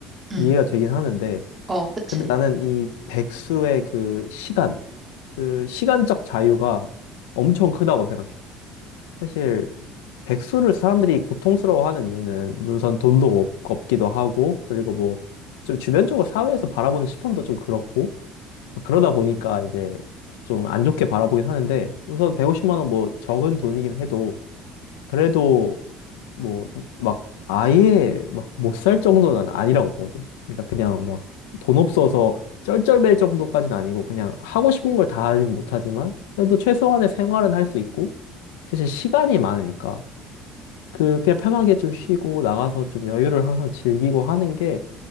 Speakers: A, on the right; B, on the left.
A: 응.
B: 이해가 되긴 하는데.
A: 어, 그치.
B: 근데 나는 이 백수의 그 시간, 그 시간적 자유가 엄청 크다고 생각해. 사실, 백수를 사람들이 고통스러워하는 이유는 우선 돈도 없- 없기도 하고 그리고 뭐 좀 주변적으로 사회에서 바라보는 시선도 좀 그렇고 그러다 보니까 이제 좀 안 좋게 바라보긴 하는데 우선 150만 원 뭐 적은 돈이긴 해도 그래도 뭐 막 아예 막 못 살 정도는 아니라고 보거든. 그러니까 그냥 막 돈 없어서 쩔쩔맬 정도까지는 아니고 그냥 하고 싶은 걸 다 하진 못하지만 그래도 최소한의 생활은 할 수 있고 대신 시간이 많으니까. 그 그냥 편하게 좀 쉬고 나가서 좀 여유를 항상 즐기고 하는 게